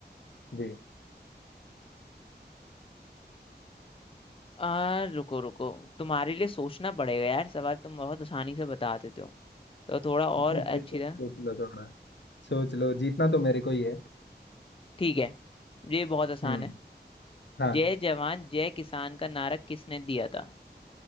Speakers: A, on the left; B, on the left.
A: जी
B: आ, रुको रुको तुम्हारे लिए सोचना पड़ेगा यार सवाल तुम बहुत आसानी से बता देते हो तो थोड़ा और
A: अरे
B: अच्छी
A: चल
B: तरह
A: सोच लो थोड़ा सोच लो जीतना तो मेरे को ही है
B: ठीक है ये बहुत आसान
A: हम्म
B: है
A: हाँ
B: जय जवान जय किसान का नारा किसने दिया था